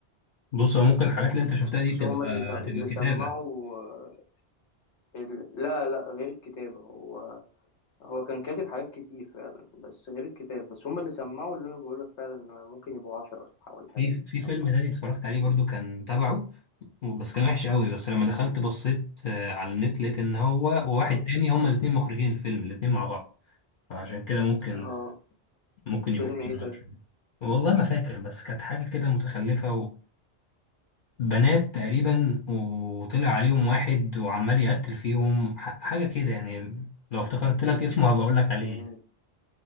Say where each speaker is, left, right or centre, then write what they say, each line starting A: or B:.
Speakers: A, on the left (about 55°); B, on the left (about 85°).
A: بص هو ممكن الحاجات اللي انت شفتها
B: بس
A: دي تبقى
B: هم اللي س- اللي
A: تبقى
B: سمعوا
A: كتابة
B: ال... لا لا غير الكتابة هو هو كان كاتب حاجات كتير فعلا بس غير الكتاب بس هم اللي سمعوا اللي انا بقولك فعلا ممكن يبقوا عشرة ولا ح- ولا حاجة
A: في
B: اللي
A: في
B: سمعوا
A: فيلم تاني اتفرجت عليه برضو كان تبعه بس كان وحش قوي بس لما دخلت بصيت آه، على النت لقيت ان هو وواحد
B: مم.
A: تاني هما الاتنين مخرجين الفيلم الاتنين مع بعض فعشان كده ممكن
B: اه
A: ممكن يبقوا
B: فيلم
A: فيلم
B: ايه طيب
A: عشان. والله ما فاكر بس كانت حاجة كده متخلفة وبنات تقريبا وطلع عليهم واحد وعمال يقتل فيهم ح- حاجة كده يعني لو افتكرت لك اسمه هبقى اقول لك عليه
B: مم.